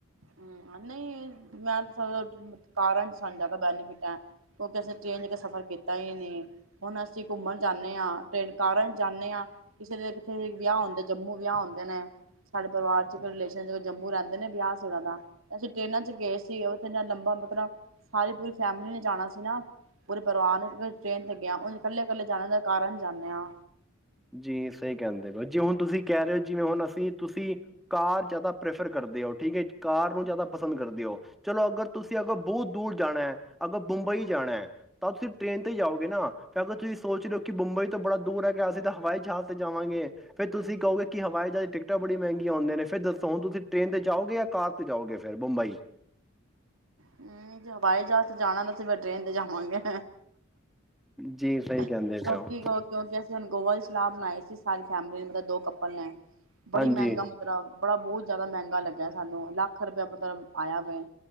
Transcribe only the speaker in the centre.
ਜੀ ਸਹੀ ਕਹਿੰਦੇ ਰ ਜੇ ਹੁਣ ਤੁਸੀਂ ਕਹਿ ਰਹੇ ਹੋ ਜਿਵੇਂ ਹੁਣ ਅਸੀਂ ਤੁਸੀਂ ਕਾਰ ਜ਼ਿਆਦਾ ਪ੍ਰੈਫਰ ਕਰਦੇ ਹੋ ਠੀਕ ਹੈ ਕਾਰ ਨੂੰ ਜ਼ਿਆਦਾ ਪਸੰਦ ਕਰਦੇ ਹੋ ਚਲੋ ਅਗਰ ਤੁਸੀਂ ਅਗਰ ਬਹੁਤ ਦੂਰ ਜਾਣਾ ਹੈ ਅਗਰ ਬੰਬਈ ਜਾਣਾ ਹੈ ਤਾਂ ਤੁਸੀਂ ਟ੍ਰੇਨ ਤੇ ਜਾਓਗੇ ਨਾ ਫ ਅਗਰ ਤੁਸੀਂ ਸੋਚ ਰਹੇ ਹੋ ਕਿ ਬੰਬਈ ਤੋਂ ਬੜਾ ਦੂਰ ਹੈਗਾ ਅਸੀਂ ਤਾਂ ਹਵਾਈ ਜਹਾਜ਼ ਤੇ ਜਾਵਾਂਗੇ ਫੇਿਰ ਤੁਸੀਂ ਕਹੋਗੇ ਕਿ ਹਵਾਈ ਜਹਾਜ਼ ਦੀ ਟਿਕਟਾਂ ਬੜੀ ਮਹਿੰਗੀਆਂ ਆਉਂਦੇ ਨੇ ਫਿਰ ਦੱਸੋ ਹੁਣ ਤੁਸੀਂ ਟ੍ਰੇਨ ਤੇ ਜਾਓਗੇ ਜਾਂ ਕਾਰ ਤੇ ਜਾਓਗੇ ਫੇਿਰ ਮੁੰਬਈ
ਜੀ ਸਹੀ ਕਹਿੰਦੇ
ਪਏ ਹੋ
ਹਾਂਜੀ